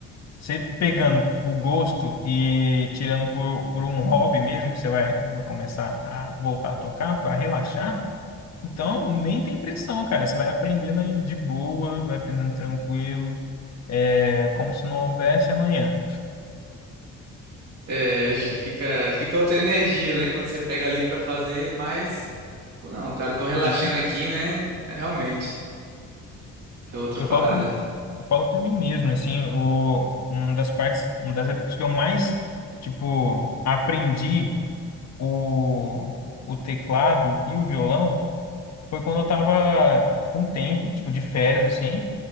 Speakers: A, on the left; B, on the right.
A: você pegando o gosto e tirando por, por um hobby mesmo, que você vai, vai começar a voltar a tocar para relaxar, então nem tem pressão, cara. Você vai aprendendo ali de boa, vai aprendendo tranquilo, é como se não houvesse amanhã.
B: É, acho que fica, fica outra energia, né? Quando você pega ali pra fazer, mas, pô, não, cara, eu tô relaxando
A: E
B: aqui, né? É, Realmente, é outra
A: eu falo,
B: parada.
A: por- eu falo para mim mesmo, assim, o, uma das partes, uma das épocas que eu mais, tipo, aprendi o, o teclado e o violão foi quando eu tava com tempo, tipo, de férias, assim.